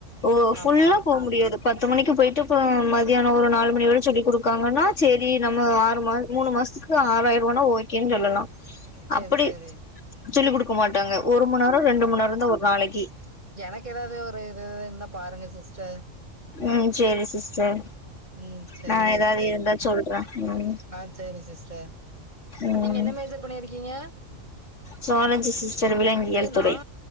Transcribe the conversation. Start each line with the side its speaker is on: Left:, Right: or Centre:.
Left: ஒ ஃபுல்லா
Right: ஆமா
Left: போ முடியாது பத்து மணிக்கு போயிட்டு இப்போ மதியான ஒரு நாலு மணி வரை சொல்லிக் குடுக்காங்கன்னா சேரி நம்ம
Right: ம்
Left: ஆறு மா மூணு மாசத்துக்கு ஆறாயிரரூவானா ஓகேன்னு சொல்லலா
Right: சேரி
Left: அப்டி
Right: சேரி
Left: சொல்லிக் குடுக்க மாட்டாங்க
Right: ம்
Left: ஒரு மண் நேரோ ரெண்டு
Right: ம்
Left: மண் நேரம்ந்தா ஒரு நாளைக்கு
Right: எனக்கு எதாவது ஒரு இது இருந்தா பாருங்க சிஸ்டர்
Left: ம் சேரி சிஸ்டர்
Right: ம் சேரி
Left: நா
Right: சிஸ்டர்
Left: எதாவது இருந்தா சொல்றே ம்
Right: ஆ சேரி சிஸ்டர்
Left: ம்
Right: நீங்க என்ன மேஜர் பண்ணிருக்கீங்க
Left: சுவாலஜி சிஸ்டர் விலங்கியல்
Right: சார் நா
Left: துறை